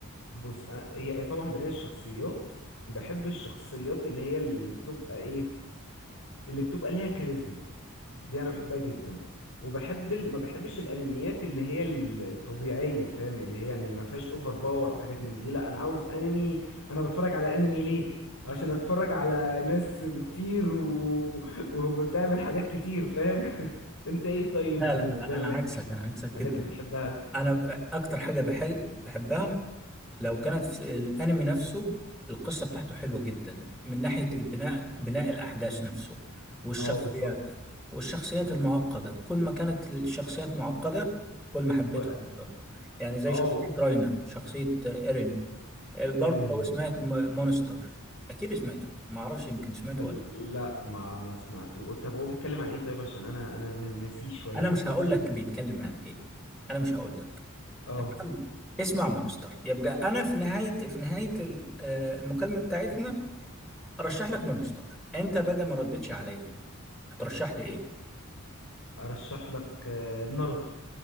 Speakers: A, on the left (about 85°); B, in the centre.
A: بص أ- هي هي طبعا بناء الشخصيات بحب الشخصيات اللي هي اللي بتبقى ايه اللي بتبقى ليها كاريزما دي انا بحبها جدا وبحب ال... ما بحبش الانميات اللي هي ال- الطبيعيه فاهم اللي هي يعني ما فيهاش اوفر باور او حاجات من دي لا انا عاوز انمي انا بتفرج على انمي ليه عشان اتفرج على ناس بتطير و... وبتعمل حاجات كتير فاهم <laughs> انت ايه طيب
B: لا
A: بالنسبه
B: لا لا
A: لك
B: انا عكسك انا عكسك جدا
A: الحاجات اللي بتحبها
B: انا اكتر حاجه بحب بحبها لو كانت في الانمي نفسه القصه بتاعته حلوه جدا من ناحيه البناء بناء الاحداث نفسه والشخصيات
A: اه بالظبط
B: والشخصيات المعقده كل ما كانت الشخصيات معقده كل ما حبيتها
A: كو...
B: اكتر يعني زي
A: اه
B: شخصيه راينر شخصيه ايرين برضه
A: ايرن
B: لو سمعت م- مونستر اكيد سمعته ما اعرفش يمكن سمعته
A: ال-
B: ولا
A: لا ما ما سمعته طب هو بيتكلم عن ايه طيب عشان انا انا أنا ناسيه شويه
B: انا مش هقول لك بيتكلم عن ايه انا مش هقول لك
A: اه
B: تمام اسمع مونستر يبقى انا في نهايه في نهايه ال- آه، المكالمه بتاعتنا ارشح لك مونستر انت بقى ما ردتش عليا هترشح لي ايه
A: ارشح لك آه، ناروتو